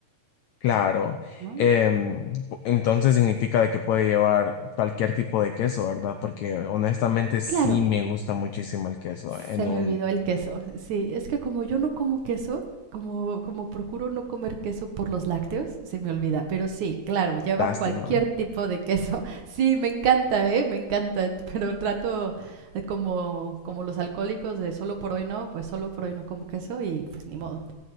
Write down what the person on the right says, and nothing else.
¿no?
Claro,
Se
me
olvidó el queso. Sí, es que como yo no como queso, como, como procuro no comer queso por los lácteos, se me olvida. Pero sí, claro, lleva
cualquier tipo de queso. <laughs> Sí, me encanta, ¿eh? Me encanta. Pero trato eh, como, como los alcohólicos de solo por hoy no, pues solo por hoy no como queso y pues ni modo.